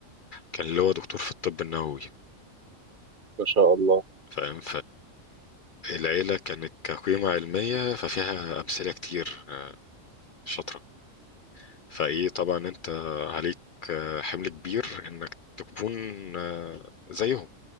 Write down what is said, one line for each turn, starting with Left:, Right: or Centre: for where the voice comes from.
Left: كان اللي هو دكتور في الطب النووي
Right: ما شاء الله
Left: فاهم فالعيلة كانت كقيمة علمية ففيها أمثلة كتير شاطرة فايه طبعا انت عليك آه، حمل كبير انك تكون آه، زيهم